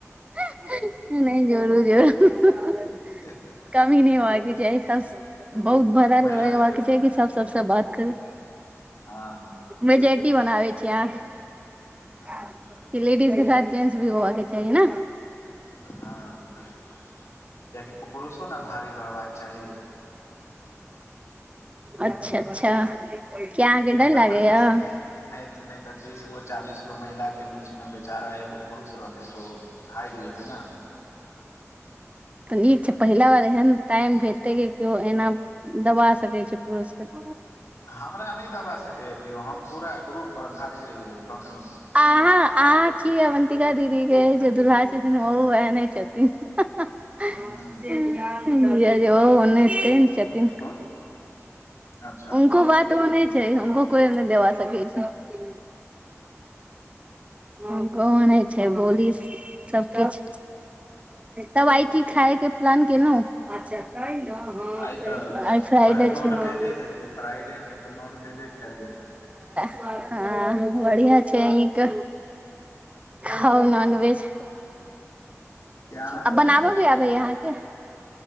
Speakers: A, on the right; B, on the left.
A: हं नहि जोरू जोरू हैं हं हं
B: ह
A: कमी नहि होबाके चाही सब बहुत भरल
B: महिला
A: रहबाके चाही कि सब सबसे बात करै।
B: हँ
A: मेजोरिटी बनाबे छियै कहां।
B: हँ
A: कि लेडीज के साथ जेंट्स भी होबा के चाही न
B: हँ कियेकि पुरुषो ने भारी रहबाक चाही।
A: अच्छा अच्छा कियै अहांके
B: नहि
A: डर
B: तऽ
A: लागै
B: पच्चीस
A: या?
B: नहि नहि नहि तऽ तीस गो चालीस गो महिला के बीच मे बेचारा एगो पुरूष रहतै तऽ ओ हटि जेतै न।
A: नीक छै पहिला बार एहन टाइम हेतै कि केओ एना दबा सकै छै पुरुषके।
B: हमरा नहि दबा सकैए किओ हम पूरा ग्रुपपर भारी रहि जेबै कखनोहु भी।
A: अहाँ अहाँ छी अवन्तिका दीदी के जे दुल्हा छथिन ओहो वैह ने छथिन हां हां।
B: हूँ
A: जीजाजी ओहो ओहने सेम छथिन।
B: <inaudible> अच्छा
A: उनको बात ओहने छै हुनको कोइ नहि देबा सकै छै। हुनके ओहने छै बोली सबकिछ। तब आइ की खाायके प्लान केलहुँ। आई
B: आइ तऽ
A: फ्राइड
B: उएह नॉन
A: छैक।
B: वेजे हेतै फ्राइडे छै तऽ नॉन वेजे खायल जेतै
A: हँ, बढ़िआ छै अही के- - हा नॉनवेज
B: कि अहाँ
A: आ
B: सब
A: बनाबऽ
B: नहि खाइ
A: भी
B: छियै
A: आबैय अहाँके।